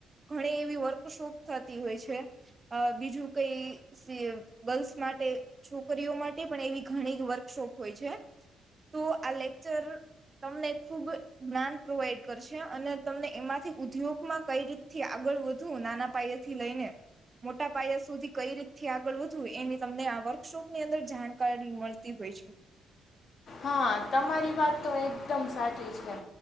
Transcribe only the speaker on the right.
ઘણી કે વર્કશોપ થ તી હોય છે, આ બીજું કઈ સી ગર્લ્સ માટે, છોકરીઓ માટે પણ એવી ઘણી વર્કશોપ હોય છે, તો આ લેક્ચર તમને ખુબ જ્ઞાન પ્રોવાઈડ કરશે અને તમને એમાંથી ઉદ્યોગમાં કઈ રીતથી આગળ વધુ નાના પાયે થી લઈને, મોટા પાયા સુધી કઈ રીતથી આગળ વધવું એની તમને આ વર્કશોપની અંદર જાણકારી મળતી હોય છે.